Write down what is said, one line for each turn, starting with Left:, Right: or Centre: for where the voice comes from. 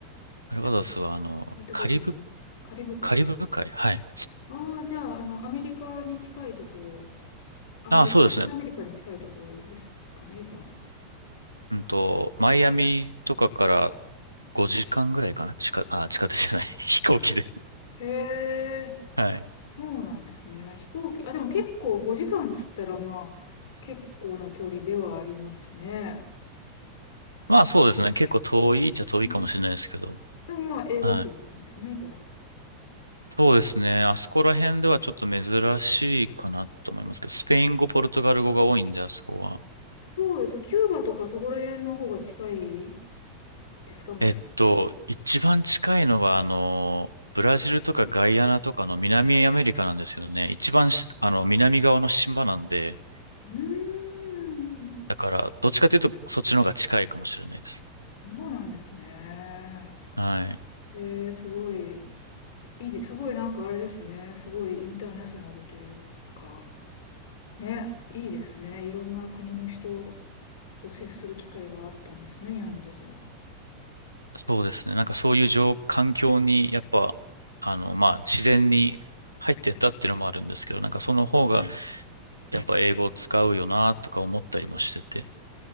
Right: バルバドスはあの、
Left: ちょっと聞いたことない。
Right: カリブ、
Left: カリブ海。
Right: カリブ海はい。
Left: ああ、じゃあ、あの、アメリカに近いとこ、アメリカ、
Right: ああ、そうですね。
Left: アメリカに近いとこですかね、じゃあ。
Right: うんと、マイアミとかから5時間ぐらいかな地下、あ、地下鉄じゃない。<laughs> 飛行機で。
Left: へえ、
Right: はい。
Left: そうなんですね。飛行機、あ、でも結構5時間つったら、まあ、結構な距離ではありますね。なんか、
Right: まあそうですね。
Left: う
Right: 結構遠いっちゃ遠いかもしれないですけど。
Left: んうんでもまあ、英語圏なんですね、
Right: はい。
Left: じゃあ。
Right: そうですね。あそこら辺ではちょっと珍しいかなと思いますけど、スペイン語、ポルトガル語が多いんで、あそこは。
Left: そうですね。キューバとかそこら辺の方が近いですか、もしかして。
Right: えっと、一番近いのが、あの、ブラジルとかガイアナとかの南アメリカなんですよね。一番し、あの、南側の島なんで、
Left: うーん、
Right: だから、どっちかというと、そっちの方が近いかもしれないです。
Left: そうなんですね。
Right: はい。
Left: えー、すごい、いいです。すごいなんかあれですね。すごいインターナショナルというか、ね、いいですね。いろんな国の人と接する機会があったんですね、今までじゃあ。
Right: そうですね。なんかそういう状、環境に、やっぱ、あの、まあ、自然に入ってったっていうのもあるんですけど、なんかその方が、やっぱ英語を使うよな、とか思ったりもしてて。